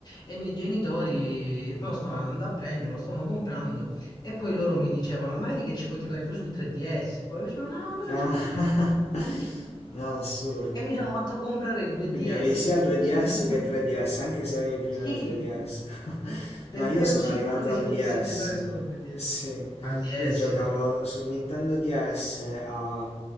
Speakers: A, on the left; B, on the left.
A: e i miei genitori me lo stavano andando a prendere, me lo stavano comprando. E poi loro mi dicevano, ma vedi che ci puoi giocare tu sul 3DS? Poi io dicevo, no, no,
B: Ah,
A: non ci posso giocare sul 3DS.
B: <laughs> no, assurdo.
A: E mi sono fatto comprare il 2DS
B: Quindi avevi sia
A: perché
B: 2DS
A: ero sicuro.
B: che 3DS, anche se avevi prima
A: Sì,
B: il 3DS. <laughs>
A: perché
B: No, io
A: ero
B: sono
A: sicuro
B: arrivato
A: che
B: al
A: si potesse
B: DS.
A: giocare solo al 2DS.
B: Sì,
A: Al DS.
B: io giocavo sul Nintendo DS a